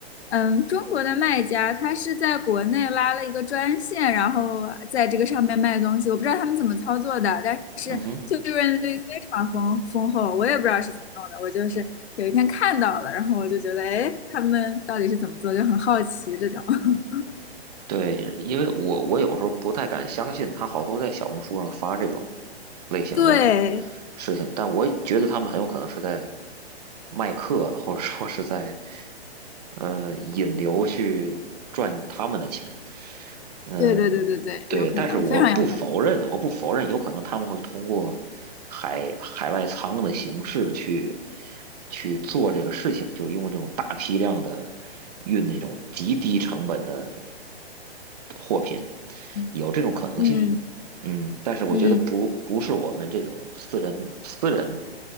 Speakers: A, on the left (about 80°); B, on the right (about 40°).
A: 嗯，中国的卖家，他是在国内拉了一个专线，然后在这个上面卖东西，我不知道他们怎么操作的，但是就利润率非常丰丰厚，
B: 嗯哼
A: 我也不知道是怎么弄的，我就是有一天看到了，然后我就觉得，哎，他们到底是怎么做，就很好奇这种。<laughs>
B: 对，因为我我有时候不太敢相信他好多在小红书上发这种类型的
A: 对，
B: 事情，但我觉得他们很有可能是在卖课，或者说是在呃引流去赚他们的钱，嗯、
A: 对对对对对，
B: 对，
A: 有可能，
B: 但是我不否认，
A: 非常有可
B: 我不否认，有可能他们会通过海海外仓的形式去去做这个事情，就是用这种大批量的运那种极低成本的货品，
A: 能。
B: 有这种可能性。
A: 嗯
B: 嗯，但是我觉得不不是我们这种私人私人
A: 嗯。